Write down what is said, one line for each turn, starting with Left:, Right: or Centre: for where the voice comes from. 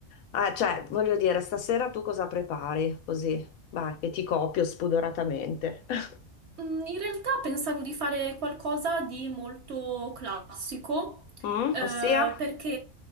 Left: ah, cioè, voglio dire, stasera tu cosa prepari? Così, vai, che ti copio spudoratamente. <laughs>
Right: Mm, In realtà pensavo di fare qualcosa di molto classico,
Left: Mm?
Right: eh,
Left: Ossia?
Right: perché